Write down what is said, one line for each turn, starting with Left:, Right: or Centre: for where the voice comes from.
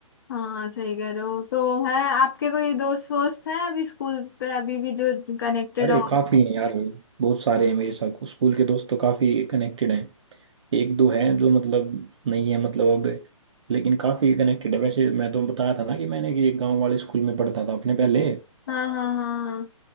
Left: हाँ सही कह रहे हो तो है आपके कोई दोस्त वोस्त हैं अभी स्कूल पे अभी भी जो कनेक्टेड
Right: अरे
Left: हो
Right: काफी हैं यार बहुत सारे हैं मेरे साथ स्कूल के दोस्त तो काफी कनेक्टेड हैं एक दो हैं जो मतलब नहीं है मतलब अब लेकिन काफी कनेक्टेड है वैसे मैं तो बताया था ना कि मैंने कि एक गांव वाले स्कूल में पढ़ता था अपने पहले
Left: हाँ हाँ हाँ